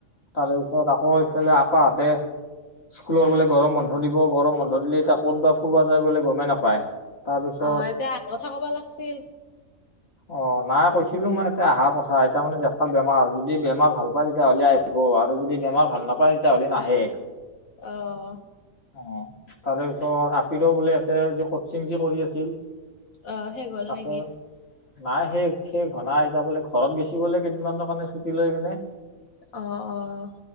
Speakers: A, on the left; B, on the left.
A: তাৰে পিছত আকৌ এইফালে আপাহঁতে স্কুলৰ বোলে গৰম বন্ধ দিব, গৰম বন্ধ দিলে ত ক'ত বা ফুৰিবা যায় বোলে গমেই নাপায়। তাৰপিছত
B: অ' এতিয়া কথা কবা লাগিছিল।
A: অ' নাই কৈছিলো মই এতে অহাৰ কথা। তাৰ মানে জেঠাই বেমাৰ যদি বেমাৰ ভাল পায় তেতিয়াহ'লে আহিব আৰু যদি বেমাৰ ভাল নাপায় তেতিয়াহ'লে নাহে
B: অঁ।
A: অ তাৰে পিছত আপিৰ বোলে <inaudible> তাতে যি কচিং যি কৰি আছিল
B: অ', শেষ হ'ল
A: তাকে
B: নেকি?
A: নাই শেষ- শেষ ঘনাই এতিয়া বোলে ঘৰত গেছি গলে কেইদিনমানৰ কাৰণে ছুটি লৈ কেনে।
B: অঁ অঁ।